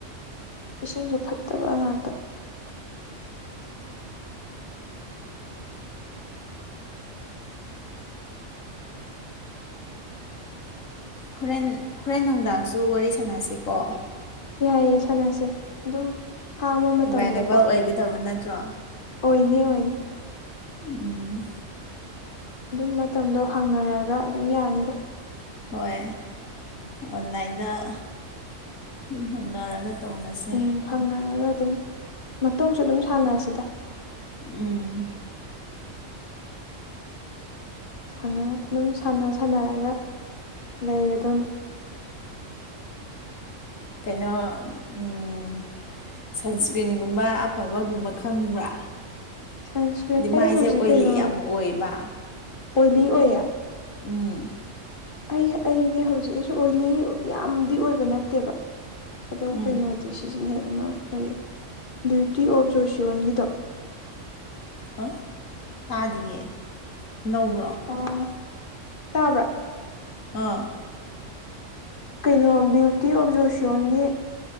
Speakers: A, on the left; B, on the left.
A: ꯏꯁꯤꯡꯁꯨ ꯐꯠꯇꯕ ꯉꯥꯛꯇ
B: ꯍꯣꯔꯦꯟ ꯍꯣꯔꯦꯟ ꯅꯨꯡꯗꯥꯡꯁꯨ ꯋꯥꯔꯤ ꯁꯥꯟꯅꯁꯤꯀꯣ
A: ꯌꯥꯏꯑꯦ ꯁꯥꯟꯅꯁꯦ ꯑꯗꯨꯝ ꯍꯥꯡꯕ ꯃꯇꯝꯗꯀꯣ
B: ꯑꯦꯕꯥꯏꯂꯦꯕꯜ ꯑꯣꯏꯒꯗꯕ ꯅꯠꯇ꯭ꯔꯣ
A: ꯑꯣꯏꯅꯤ ꯑꯣꯏꯅꯤ
B: ꯎꯝ
A: ꯑꯗꯨꯝ ꯃꯇꯝꯗꯣ ꯍꯪꯅꯔꯒ ꯑꯗꯨꯝ ꯌꯥꯅꯤꯗ
B: ꯍꯣꯏ ꯑꯣꯟꯂꯥꯏꯟꯗ ꯑꯗꯨꯝ ꯍꯪꯅꯔꯒ ꯇꯧꯅꯁꯦ
A: ꯎꯝ ꯍꯪꯅꯔꯒ ꯑꯗꯨꯝ ꯃꯇꯨꯡꯁꯨ ꯑꯗꯨꯝ ꯁꯥꯟꯅꯁꯤꯗ
B: ꯎꯝ
A: ꯍꯪꯅꯔꯒ ꯑꯗꯨꯝ ꯁꯥꯟꯅ ꯁꯥꯟꯅꯔꯒ ꯂꯩꯔꯗꯧꯅꯦ
B: ꯀꯩꯅꯣ ꯎꯝ ꯁꯟꯁ꯭ꯀ꯭ꯔꯤꯟꯒꯨꯝꯕ ꯑꯐꯕꯒꯨꯝꯕ ꯈꯪꯕ꯭ꯔꯥ
A: ꯁꯟꯁꯀ꯭ꯔꯤꯟ
B: ꯍꯥꯏꯗꯤ
A: ꯑꯩ
B: ꯃꯥꯏꯁꯦ
A: ꯍꯧꯖꯤꯛ
B: ꯑꯣꯏꯂꯤ
A: ꯀꯩꯅꯣ
B: ꯌꯥꯝ ꯑꯣꯏꯌꯦꯕ
A: ꯑꯣꯏꯂꯤ ꯑꯣꯏꯌꯦ
B: ꯎꯝ
A: ꯑꯩ ꯑꯩꯗꯤ ꯍꯧꯖꯤꯛ ꯑꯩꯁꯨ ꯑꯣꯏꯂꯤ ꯌꯥꯝꯗꯤ ꯑꯣꯏꯕ ꯅꯠꯇꯦꯕ ꯑꯗꯣ
B: ꯎꯝ
A: ꯀꯩꯅꯣ ꯑꯗꯨ ꯁꯤꯖꯤꯟꯅꯩ ꯑꯃ ꯀꯔꯤ ꯕ꯭ꯌꯨꯇꯤ ꯑꯣꯐ ꯖꯣꯁꯤꯌꯣꯟꯒꯤꯗꯣ
B: ꯍꯣꯏ ꯇꯥꯗꯦꯌꯦ ꯅꯧꯕ꯭ꯔꯣ
A: ꯑꯥ ꯇꯥꯕ꯭ꯔꯥ
B: ꯑꯥ
A: ꯀꯩꯅꯣ ꯕ꯭ꯌꯨꯇꯤ ꯑꯣꯐ ꯖꯣꯁꯤꯌꯣꯟꯒꯤ